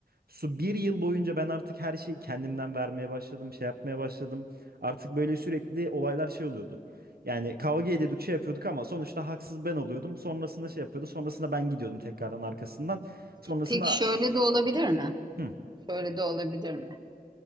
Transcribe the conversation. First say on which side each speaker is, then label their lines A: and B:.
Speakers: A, on the right (about 80°); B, on the right (about 25°).
A: Su bir yıl boyunca ben artık her şeyi kendimden vermeye başladım, şey yapmaya başladım. Artık böyle sürekli olaylar şey oluyordu. Yani kavga ediyorduk, şey yapıyorduk ama sonuçta haksız ben oluyordum. Sonrasında şey yapıyordu, sonrasında ben gidiyordum tekrardan arkasından. Sonrasında
B: Peki şöyle de olabilir mi?
A: Hı.
B: Şöyle de olabilir mi?